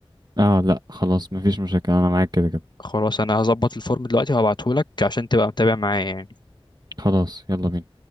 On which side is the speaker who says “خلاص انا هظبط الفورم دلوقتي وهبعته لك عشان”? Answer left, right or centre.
Left